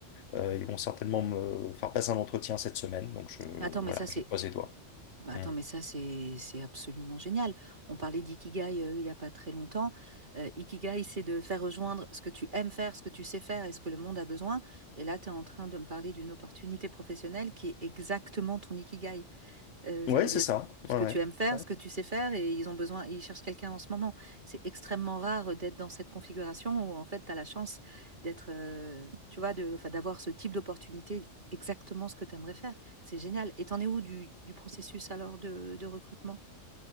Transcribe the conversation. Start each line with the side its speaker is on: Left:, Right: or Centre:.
Left: euh, ils vont certainement me faire passer un entretien cette semaine. Donc je,
Right: Attends,
Left: voilà,
Right: mais ça, c'est
Left: je croise les doigts.
Right: Bah attends,
Left: Mmh.
Right: mais ça, c'est c'est absolument génial. On parlait d'ikigai euh, il n'y a pas très longtemps. Euh, ikigai, c'est de faire rejoindre ce que tu aimes faire, ce que tu sais faire et ce que le monde a besoin. Et là, tu es en train de me parler d'une opportunité professionnelle qui est exactement ton ikigai. Euh, ça
Left: Ouais,
Right: veut
Left: c'est
Right: dire
Left: ça.
Right: ce ce
Left: Ouais,
Right: que
Left: ouais.
Right: tu aimes faire,
Left: Ouais,
Right: ce que tu sais faire, et ils ont besoin, ils cherchent quelqu'un en ce moment. C'est extrêmement rare d'être dans cette configuration où en fait, tu as la chance d'être, euh, tu vois, de, 'fin, d'avoir ce type d'opportunité, exactement ce que tu aimerais faire. C'est génial. Et t'en es où du, du processus alors de, de recrutement?